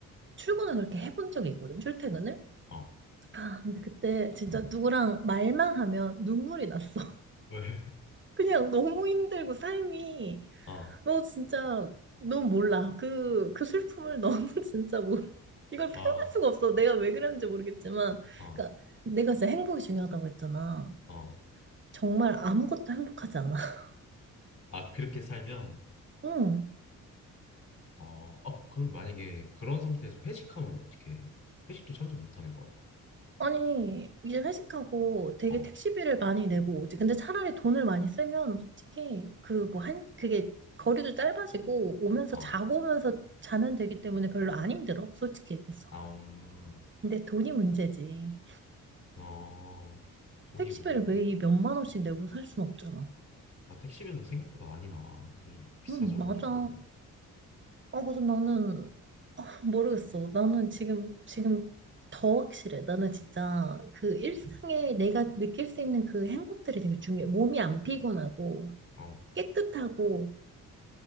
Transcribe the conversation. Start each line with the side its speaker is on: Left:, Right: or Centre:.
Right: 출근을 그렇게 해본 적이 있거든, 출퇴근을.
Left: 어,
Right: 아, 근데 그때 진짜 누구랑 말만 하면 눈물이 났어.
Left: 왜? <laughs>
Right: 그냥 너무 힘들고 삶이
Left: 어,
Right: 너 진짜 넌 몰라 그 그 슬픔을 너무 <laughs> 진짜 모 이걸 표현할
Left: 어,
Right: 수가 없어 내가 왜 그랬는지 모르겠지만
Left: 어,
Right: 그러니까 내가 진짜 행복이 중요하다고 했잖아
Left: 어.
Right: 정말 아무것도 행복하지 않아 <laughs>
Left: 아, 그렇게 살면,
Right: 응
Left: 어, 아, 그- 그럼 만약에 그런 상태에서 회식하면 어떻게 해? 회식도 참석 못 하는 거야?
Right: 아니 이제 회식하고 되게
Left: 어,
Right: 택시비를 많이 내고 오지 근데 차라리 돈을 많이 쓰면 솔직히 그 뭐 한 그게 거리도 짧아지고 오면서
Left: 어,
Right: 자고 오면서 자면 되기 때문에 별로 안 힘들어 솔직히 얘기해서
Left: 아, 음,
Right: 근데 돈이 문제지
Left: 어, 돈이
Right: 택시비를
Left: 문제다.
Right: 매일 몇만 원씩 내고 살 순 없잖아.
Left: 아, 택시비도 생각보다 많이 나와. 요즘 비싸져가지고.
Right: 응, 맞아. 아, 그래서 나는 <laughs> 모르겠어. 나는 지금, 지금 더 확실해. 나는 진짜 그 일상에 내가 느낄 수 있는 그 행복들이 되게 중요해. 몸이 안 피곤하고,
Left: 어.
Right: 깨끗하고,